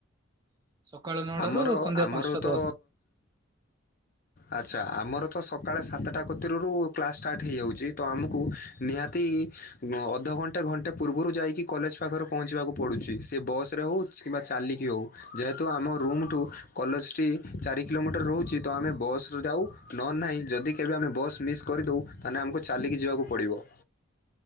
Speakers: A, on the right (about 20°); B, on the left (about 45°).
A: ସକାଳ ନଅଟାରୁ
B: ଆମର
A: ସନ୍ଧ୍ୟା
B: ଆମର
A: ପାଞ୍ଚଟା
B: ତ
A: ଦଶ
B: ଆଚ୍ଛା ଆମର ତ ସକାଳେ ସାତ ଟା କତିରୁ କ୍ଲାସ୍ ଷ୍ଟାର୍ଟ ହେଇଯାଉଚି ତ ଆମକୁ ନିହାତି ଅ ଅଧଘଣ୍ଟେ ଘଣ୍ଟେ ପୂର୍ବରୁ ଯାଇକି କଲେଜ ପାଖରେ ପହଞ୍ଚିବାକୁ ପଡ଼ୁଚି। ସେ ବସ୍ ରେ ହଉ ସେ କିମ୍ବା ଚାଲିକି ଅଉ ଯେହେତୁ ଆମ ରୁମ୍ଠୁ କଲେଜ୍ଟି ଚାରି କିଲୋମିଟର୍ ରଉଚି ତ ଆମେ ବସ୍ ରେ ଯାଉ। ନ ନାଇଁ ଯଦି କେବେ ଆମେ ବସ୍ ମିସ୍ କରିଦଉ ତାନେ ଆମକୁ ଚାଲିକି ଯିବାକୁ ପଡ଼ିବ।